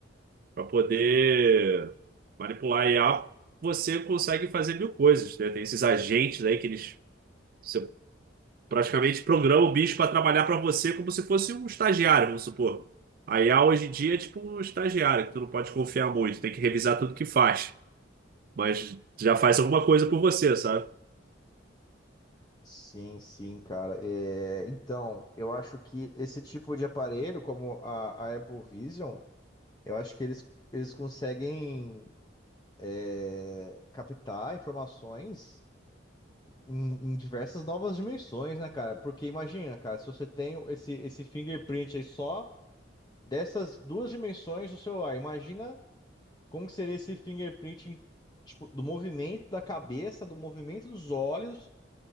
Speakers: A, on the right; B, on the left.
A: Pra poder manipular a IA, você consegue fazer mil coisas, né? Tem esses agentes aí que eles... você praticamente programa o bicho para trabalhar para você como se fosse um estagiário, vamos supor. A IA hoje em dia é tipo um estagiário, que tu não pode confiar muito, tem que revisar tudo que faz, mas já faz alguma coisa por você, sabe?
B: sim, sim, cara. É, então, eu acho que esse tipo de aparelho, como a, a Apple Vision, eu acho que eles, eles conseguem é, captar informações em, em diversas novas dimensões, né, cara? Porque imagina, cara, se você tem esse, esse fingerprint aí só. dessas duas dimensões do celular. Imagina como que seria esse fingerprint, tipo, do movimento da cabeça, do movimento dos olhos